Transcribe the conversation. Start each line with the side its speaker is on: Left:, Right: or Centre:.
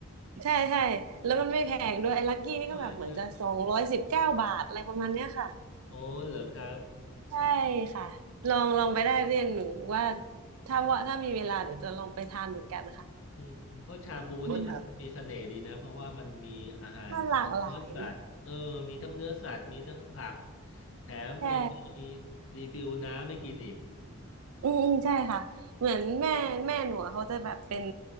Right: ใช่ใช่แล้วมันไม่แพงด้วยไอ้ลักกี้นี่ก็แบบเหมือนจะสองร้อยสิบเก้าบาทอะไรประมาณเนี้ยค่ะ
Left: ใช่ใช่โอ้เหรอครับ
Right: ใช่ค่ะลองลองไปได้เพื่อนหนูว่าถ้าว่าถ้ามีเวลาเดี๋ยวจะลองไปทานเหมือนกันค่ะ
Left: อืมเพราะชาบูนี่มันมีเสน่ห์ดีนะเพราะว่ามันมีอาหารมีเนื้อสัตว์เออมีทั้งเนื้อสัตว์มีทั้งผัก
Right: <laughs> อือมรัมันหลากหลาย
Left: แถมยังมี
Right: ใช่
Left: รีฟิลน้ำให้กินอีก
Right: อืมอืมใช่ค่ะเหมือนแม่แม่หนูอะเขาจะแบบเป็น